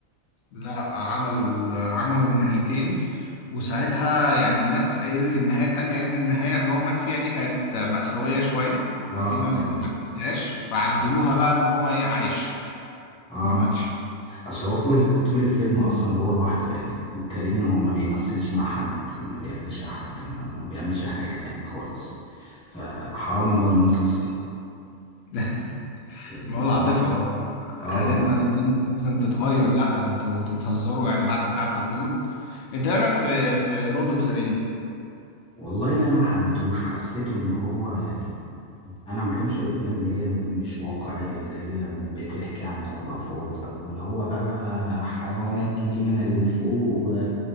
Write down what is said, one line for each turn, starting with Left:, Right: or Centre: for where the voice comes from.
Left: لا عملوا ال- عملوا النهايتين وساعتها يعني الناس أيدت النهاية التانية لأن النهاية اللي هو مات فيها دي كانت مأساوية شوية ففي
Centre: آه
Left: ناس
Centre: فعلا
Left: ما حبتهاش فعدلوها
Centre: صح
Left: بقى إن هو إيه عايش
Centre: اه
Left: ما ماتش
Centre: اصل هو فول طول الفيلم اصلا هو لوحده يعني تقريبا هو ما بيمثلش مع حد ما بيقابلش حد ما, ما بيعملش حاجة يعني خالص فحرام
Left: مم.
Centre: ان هو يموت اصلا
Left: <laughs>
Centre: الموضوع
Left: ما هو العاطفة
Centre: اه
Left: خدتنا اللي هو لازم تتغير لا انتوا انتوا بتهزروا يعني بعد التعب ده كله انت ايه رايك في في لورد اوف ذا
Centre: والله انا ما حبيتهوش حسيته ان هو يعني انا ما بحبش الافلام اللي هي مش واقعيه اللي هي بتحكي عن خرافات او اللي هو بقى حيوانات تيجي من الفوق و...